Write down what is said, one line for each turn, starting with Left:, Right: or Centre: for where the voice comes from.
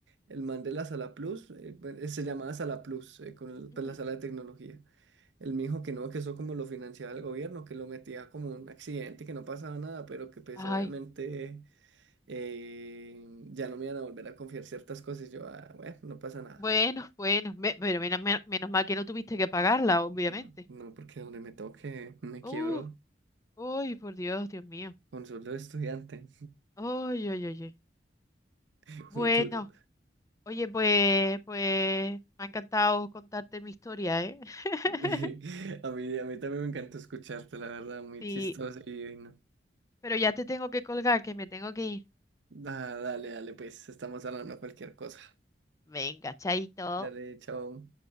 Right: el man de la Sala Plus, eh, bueno, eh, se llamaba Sala Plus, eh, con el- pues,
Left: Ujú.
Right: la sala de tecnología. El mijo que no, que eso como lo financiaba el gobierno, que lo metía como un accidente, que no pasaba nada, pero que pues
Left: Ay,
Right: obviamente eh, ya no me iban a volver a confiar ciertas cosas. Y yo, ah, bueno, no pasa nada.
Left: bueno, bueno, me- pero menos, me- menos mal que no tuviste que apagarla, obviamente.
Right: No, no, porque donde me toque me quiebro
Left: Uh, uy, por Dios, Dios mío.
Right: con sueldo de estudiante,
Left: ¡Ay ay ay! uy.
Right: <laughs>
Left: Bueno.
Right: muy duro.
Left: Oye, pues, pues me ha encantado contarte mi historia, ¿eh? <laughs>
Right: <laughs> A mí, a mí también me encantó escucharte, la verdad, muy
Left: Sí,
Right: chistoso y no.
Left: pero ya te tengo que colgar, que me tengo que ir.
Right: Ah, dale, dale, pues estamos hablando de cualquier cosa.
Left: Venga, chaito.
Right: Dale, chao.